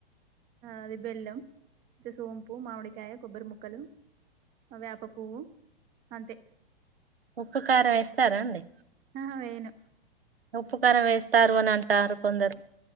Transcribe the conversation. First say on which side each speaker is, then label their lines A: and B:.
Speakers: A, on the right; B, on the right.
A: అది బెల్లం ఇంత సోంపు, మావడికాయ, కొబ్బరి ముక్కలు వేప పువ్వు అంతే
B: ఉక్కుకారం ఏస్తారా అండి
A: ఆహా వేయను
B: ఉప్పుకారం వెస్తారు అని అంటారు కొందరు